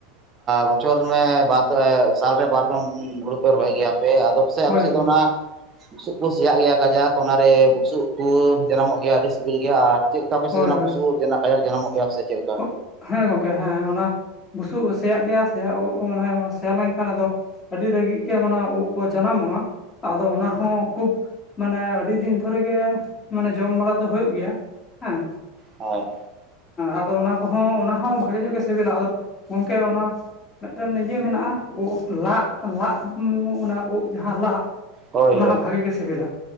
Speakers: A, on the right (about 30°); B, on the left (about 25°).
A: ᱵᱚᱪᱷᱚᱨ ᱨᱮ ᱵᱟᱨ ᱫᱷᱟᱣ ᱥᱟᱞᱨᱮ ᱵᱟᱨᱫᱚᱢ ᱦᱩᱲᱩ ᱯᱮ ᱨᱚᱦᱚᱭ ᱜᱮᱭᱟ ᱯᱮ ᱟᱫᱚ? ᱥᱮ ᱟᱯᱮ
B: ᱦᱳᱭ
A: ᱥᱮᱫ
B: ᱦᱳᱭ
A: ᱫᱚ ᱚᱱᱟ ᱵᱩᱥᱩᱵ ᱠᱚ ᱥᱮᱭᱟᱜ ᱜᱮᱭᱟ ᱠᱟᱡᱟᱠ ᱚᱱᱟᱨᱮᱼᱼ ᱵᱩᱥᱩᱵ ᱩᱫ ᱠᱚ ᱡᱟᱱᱟᱢ ᱢᱚᱜ ᱜᱮᱭᱟ ᱟᱹᱰᱤ ᱥᱤᱵᱤᱞ ᱜᱮᱭᱟ ᱟᱨ ᱪᱮᱫ ᱞᱮᱠᱟ ᱟᱯᱮ ᱥᱮᱫ
B: ᱦᱳᱭ
A: ᱫᱚᱱᱟ
B: ᱦᱳᱭ
A: ᱵᱩᱥᱩᱵ ᱩᱫ ᱡᱟᱱᱟ ᱡᱟᱱᱟᱢᱚᱜ ᱜᱮᱭᱟ ᱥᱮ ᱪᱮᱫ ᱞᱮᱠᱟ?
B: ᱦᱚᱜ ᱦᱮᱸ ᱜᱚᱝᱠᱮ ᱦᱮᱸ, ᱚᱱᱟ ᱵᱩᱥᱩᱵ ᱥᱮᱭᱟᱜ ᱜᱮᱭᱟ ᱥᱮ ᱢᱟᱱᱮ ᱥᱮᱭᱟ ᱞᱮᱱ ᱠᱷᱟᱱ ᱟᱫᱚᱼᱼ ᱟᱹᱰᱤ ᱨᱟᱹᱜᱤ ᱜᱮ ᱚᱱᱟ ᱩᱫ ᱠᱚ ᱡᱟᱱᱟᱢᱚᱜᱼᱟ ᱾ ᱟᱫᱚ ᱚᱱᱟ ᱦᱚᱸ ᱠᱷᱩᱵᱼᱼ ᱢᱟᱱᱮ ᱟᱹᱰᱤ ᱫᱤᱱ ᱫᱷᱚᱨᱮ ᱜᱮ ᱢᱟᱱᱮ ᱡᱚᱢ ᱵᱟᱲᱟ ᱫᱚ ᱦᱩᱭᱩᱜ ᱜᱮᱭᱟ ᱦᱮᱸ ᱾
A: ᱦᱚᱭ
B: ᱟᱫᱚ ᱚᱱᱟ ᱠᱚᱦᱚᱸ ᱚᱱᱟ ᱦᱚᱸ ᱵᱷᱟᱜᱮ ᱧᱚᱜ ᱜᱮ ᱥᱮᱵᱮᱞᱟ ᱟᱫᱚ ᱜᱚᱢᱠᱮ ᱚᱱᱟᱼᱼ ᱢᱤᱫᱴᱮᱱ ᱤᱭᱟᱹ ᱢᱮᱱᱟᱜᱼᱟ ᱩ ᱞᱟᱜ ᱞᱟᱜ ᱚᱱᱟ ᱩᱫ ᱡᱟᱦᱟᱸ ᱞᱟᱜᱼᱼ
A: ᱦᱳᱭ
B: ᱚᱱᱟ
A: ᱦᱳᱭ
B: ᱦᱚᱸ ᱵᱷᱟᱜᱮ ᱜᱮ ᱥᱤᱵᱤᱞᱟ